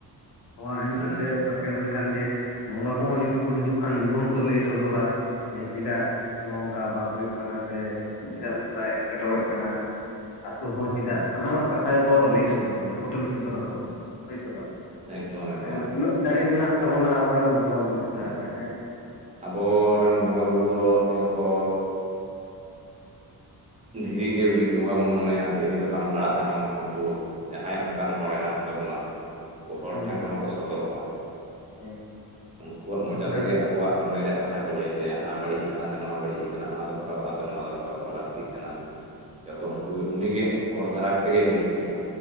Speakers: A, on the left; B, on the right.
A: ᱱᱚᱶᱟ ᱮᱢ
B: ᱦᱮᱸ
A: ᱠᱟᱛᱮᱫ ᱥᱮᱴᱮᱨ ᱞᱮᱱᱠᱷᱟᱱ ᱜᱮ ᱵᱚᱸᱜᱟ ᱠᱚᱦᱚᱸ ᱡᱩᱫᱤ ᱠᱚ ᱦᱤᱡᱩᱜ ᱠᱷᱟᱱ ᱩᱱᱠᱩ ᱦᱚᱸᱠᱚ ᱞᱟᱹᱭ ᱥᱚᱫᱚᱨᱟ ᱡᱮ ᱪᱮᱫᱟᱜ ᱱᱚᱝᱠᱟ ᱵᱟᱝ ᱦᱩᱭᱩᱜ ᱠᱟᱱᱟ ᱥᱮ ᱪᱮᱫᱟᱜ ᱱᱚᱝᱠᱟ ᱮᱴᱠᱮᱴᱚᱬᱮᱜ ᱠᱟᱱᱟ? ᱟᱛᱩ ᱦᱚᱸ ᱪᱮᱫᱟᱜ ᱥᱟᱱᱟᱢᱟᱜ ᱠᱟᱛᱷᱟ ᱜᱮᱠᱚ ᱞᱟᱹᱭ ᱥᱚᱫᱚᱨ ᱜᱮᱭᱟ ᱯᱷᱳᱚᱴᱮᱞ ᱥᱚᱫᱚᱨᱟᱠᱚ ᱞᱟᱹᱭ ᱥᱚᱫᱚᱨ ᱦᱳᱨ ᱥᱮ ᱵᱟᱝ
B: ᱮᱠᱫᱚᱢ ᱮᱠᱫᱚᱢ
A: ᱟᱨᱮ ᱱᱩᱱᱟᱹᱜ ᱫᱟᱲᱮ ᱢᱮᱱᱟᱜ ᱛᱟᱵᱚᱱᱟ ᱟᱵᱚᱨᱮᱱ ᱵᱚᱸᱜᱟ ᱵᱩᱨᱩ ᱪᱮᱛᱟᱱ
B: ᱦᱩᱸ
A: ᱨᱮ ᱦᱮᱸ
B: ᱟᱵᱚᱨᱮᱱ ᱵᱚᱸᱜᱟ ᱵᱩᱨᱩ ᱫᱚ ᱤᱭᱟᱹ ᱠᱚ ᱫᱷᱤᱨᱤ ᱜᱮ ᱡᱩᱫᱤ ᱵᱚᱸᱜᱟ ᱵᱚᱱ ᱢᱚᱱᱮᱭᱟ ᱫᱷᱤᱨᱤ ᱫᱚ ᱵᱟᱝ ᱞᱟᱲᱟᱜ ᱨᱮᱦᱚᱸ ᱠᱤᱱᱛᱩ ᱡᱟᱦᱟᱸᱭ ᱚᱱᱠᱟᱱ ᱦᱚᱲ ᱦᱮᱱᱟᱜ ᱠᱚ ᱛᱟᱵᱚᱱᱟ ᱩᱱᱠᱩ ᱦᱚᱲ
A: ᱦᱩᱸ
B: ᱴᱷᱮᱱ ᱨᱮᱦᱚᱸ ᱠᱚ ᱥᱚᱫᱚᱨᱚᱜᱼᱟ
A: ᱦᱩᱸ
B: ᱩᱱᱠᱩᱣᱟᱜ ᱢᱚᱪᱟ
A: ᱩᱱᱠᱩ ᱴᱷᱮᱱ
B: ᱛᱮᱜᱮ ᱟᱠᱚᱣᱟᱜ ᱢᱚᱱᱮ ᱨᱮᱭᱟᱜ ᱠᱟᱛᱷᱟ ᱠᱚ ᱞᱟᱹᱭ ᱦᱚᱪᱚᱭᱟ ᱦᱟᱱᱟ ᱵᱟᱹᱲᱤᱡ ᱟᱠᱟᱱᱟ ᱥᱮ ᱱᱚᱣᱟ ᱵᱟᱹᱲᱤᱡ ᱟᱠᱟᱱᱟ ᱚᱱᱟ ᱫᱚᱨᱠᱟᱨᱚᱜᱼᱟ ᱥᱮ ᱱᱚᱣᱟ ᱫᱚᱨᱠᱟᱨᱚᱜ ᱟᱞᱟᱜᱽ ᱞᱟᱹᱠᱛᱤᱜ ᱠᱟᱱᱟ ᱡᱚᱛᱚ ᱩᱱᱠᱩ ᱩᱱᱤ ᱜᱮ ᱦᱚᱲ ᱫᱟᱨᱟᱡᱽ ᱛᱮᱜᱮᱭ ᱞᱟᱹᱭ ᱦᱚᱪᱚᱭᱟ